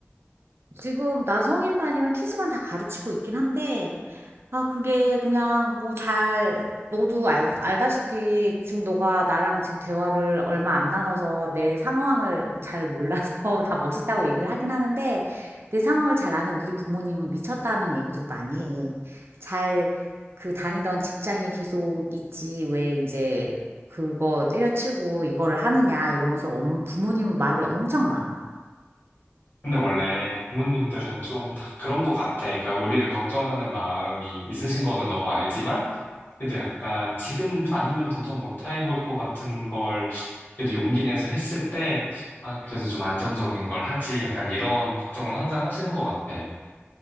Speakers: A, on the right; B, on the left.
A: 지금 나 성인반이랑 키즈반 다 가르치고 있긴 한데, 아, 그게 그냥 뭐 잘, 너도 알, 알다시피 지금 너가 나랑 지금 대화를 얼마 안 나눠서 내 상황을 잘 몰라서 <laughs> 다 멋있다고 얘기를 하긴 하는데, 내 상황을 잘 아는 우리 부모님은 미쳤다는 얘기도 많이 해. 잘 그 다니던 직장에 계속 있지, 왜 이제 그거 때려치고 이거를 하느냐 이러면서 엄- 부모님은 말이 엄청 많아.
B: 근데 원래 부모님들은 좀 다 그런 것 같아. 그러니까 우리를 걱정하는 마음이 있으신 거는 너무 알지만 그래도 약간 지금 아니면 도전 못 해볼 것 같은 걸 그래도 용기 내서 했을 때, 아, 그래도 좀 안정적인 걸 하지. 약간 이런 걱정은 항상 하시는 것 같아. <laughs>